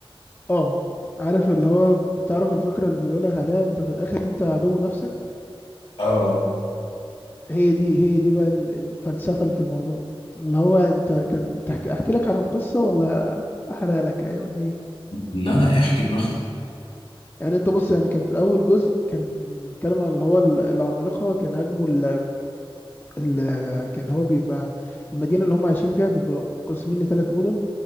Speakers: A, on the left; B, on the left.
A: اه عارف اللي هو بتعرف الفكره اللي بيقولك عليها انت في الاخر انت عدو نفسك
B: اه
A: هي دي هي دي بقى ال- الفلسفة اللي في الموضوع اللي هو انت كان بتحكي احكي لك عن القصة ولا احرق لك ايه ولا ايه
B: لا لا احكي براحتك
A: يعني انت بص يعني كان في الاول جزء كان بيتكلم عن اللي هو ال- العمالقة كان هاجموا ال... ال... كان هو بيبقى المدينة اللي هم عايشين فيها بيبقى مقسمين لثلاث مدن